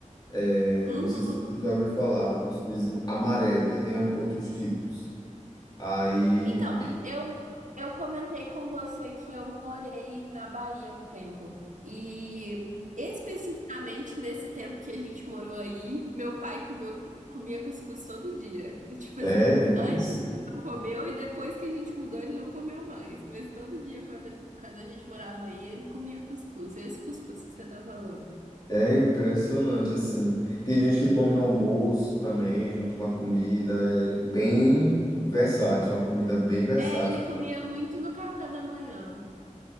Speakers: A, on the left; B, on the right.
A: É,
B: Uhum.
A: não sei se você já ouviu falar, o cuscuz amarelo, que tem outros tipos. Aí,
B: Então, eu, eu comentei com você que eu morei na Bahia um tempo. E especificamente nesse tempo que a gente morou aí, meu pai comeu, comia cuscuz todo dia. Tipo
A: é
B: assim, antes
A: isso.
B: ele não comeu e depois que a gente mudou ele não comeu mais. Mas todo dia quando, ele- quando a gente morava aí, ele comia cuscuz. Esse cuscuz que você tá falando.
A: É impressionante, assim. Tem gente que come no almoço também, junto com a comida. É bem versátil, é uma comida bem versátil.
B: É, ele comia muito no café da manhã.